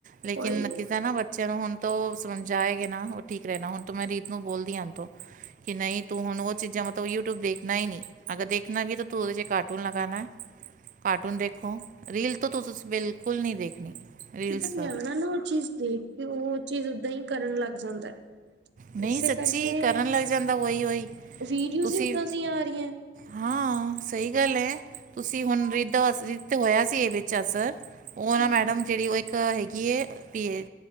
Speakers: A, on the right; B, on the right.
A: ਲੇਕਿਨ
B: ਕੋਈ
A: ਕਿਤੇ ਨਾ ਚਲੋ ਹੁਣ ਤ ਉਹ ਸਮਝ ਆਏਗਾ ਨਾ ਉਹ ਠੀਕ ਰਹਿਣਾ ਹੁਣ ਤ ਮੈਂ ਰੀਤ ਨੂੰ ਬੋਲਦੀ ਹਣ ਤੋਂ ਕਿ ਨਹੀਂ ਤੂੰ ਹੁਣ ਉਹ ਚੀਜ਼ਾਂ ਮਤਲਬ ਯੂਟਿਊਬ ਦੇਖ ਣਾ ਹੀ ਨਹੀਂ ਅਗਰ ਦੇਖਣਾ ਵੀ ਤਾਂ ਤੂੰ ਉਹਦੇ ' ਕਾਰਟੂਨ ਲਗਾਉਣਾ ਹੈ ਕਾਰਟੂਨ ਦੇਖੋ ਰੀਲ ਤੋਂ ਤੁਸੀਂ ਬਿਲਕੁਲ ਨਹੀਂ ਦੇਖਣੀ ਰੀਲਸ
B: ਜਿੱਦਾਂ
A: ਤਾਂ
B: ਨਿਆਣਾ ਨਾ ਉਹ ਚੀਜ਼ ਦੇਖ ਕੇ ਉਹ ਚੀਜ਼ ੱਦਾਂ ਹੀ ਕਰਨ ਲੱਗ ਜਾਂਦਾ ਹੈ
A: ਨਹੀਂ
B: ਇਸੇ
A: ਸੱਚੀ
B: ਕਰਕੇ
A: ਕਰਨ ਲੱਗ ਜਾਂਦਾ ਉਹੀ ਉਹੀ
B: ਵੀਡੀਓਜ਼
A: ਤੁਸੀਂ
B: ਹੀ ਓਦਾਂ ਦੀਆਂ ਆ ਰਹੀਆਂ
A: ਹਾਂ ਸਹੀ ਗੱਲ ਹੈ ਤੁਸੀਂ ਹੁਣ ਰਿਧਤ ਹੋਇਆ ਸੀ ਇਹ ਵਿੱਚ ਅਸਰ ਉਹ ਨਾ
B: ਹਮ
A: ਮੈਡਮ ਜਿਹੜੀ ਉਹ ਇੱਕ ਹੈਗੀ ਹੈ ਕਿ